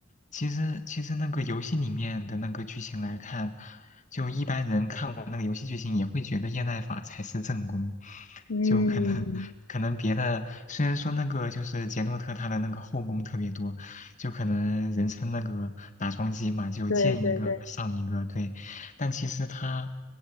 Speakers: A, on the left; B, on the left.
A: 其实其实那个游戏里面的那个剧情来看，就一般人看完那个游戏剧情也会觉得叶奈法才是正宫，
B: 嗯，
A: 就可能可能别的虽然说那个就是杰诺特他的那个后宫特别多，就可能人称那个打桩机嘛，就见一个上一个，
B: 对对对，
A: 对。但其实他